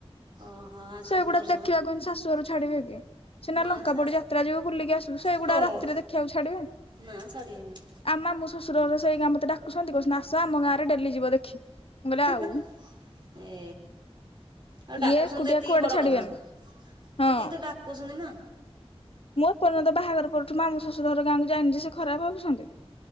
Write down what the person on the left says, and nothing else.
ସେଗୁଡା
ଦେଖିବାକୁ ହେନେ ଶାଶୁଘରୁ ଛାଡିବେ କି? ସିନା
ଲଙ୍କା
ପୋଡି ଯାତ୍ରା ଯିବୁ ବୁଲିକି ଆସିବୁ। ସେଇଗୁଡା
ରାତିରେ ଦେଖିବାକୁ ଛାଡିବେ।
ଆମ ମାମୁଁ ଶଶୁରଘର ସେଇ ଗାଁ ମୋତେ ଡାକୁଛନ୍ତି, କହୁଛନ୍ତି ଆସ ଆମ ଗାଁ ରେ ଡେଲି ଯିବ ଦେଖି। ମୁଁ କହିଲି
ଆଉ
ଇଏ ଏକୁଟିଆ
କୁଆଡେ
ଛାଡିବେନି
ହଁ
ମୁଁ ଏ ପର୍ଯ୍ୟନ୍ତ ବାହାଘର ପରଠୁ ମାମୁଁ ଶ୍ୱଶୁର ଘର ଗାଁକୁ ଯାଇନି ଯେ ସେ ଖରାପ ଭାବୁସନ୍ତି।